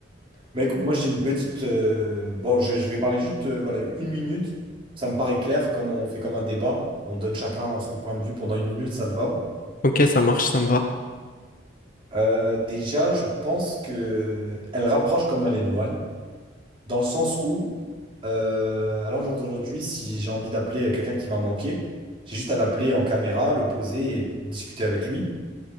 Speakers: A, on the right; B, on the left.
A: Mais écoute, moi j'ai une petite. euh, Bon, je, je vais parler juste euh, voilà, une minute. Ça me paraît clair, comme on fait comme un débat. On donne chacun son point de vue pendant une minute, ça te va.
B: Ok, ça marche, ça me va.
A: Euh, déjà, je pense que elle rapproche comme elle éloigne, dans le sens où, euh, à l'heure d'aujourd'hui, si j'ai envie d'appeler quelqu'un qui m'a manqué, j'ai juste à l'appeler en caméra, le poser et discuter avec lui.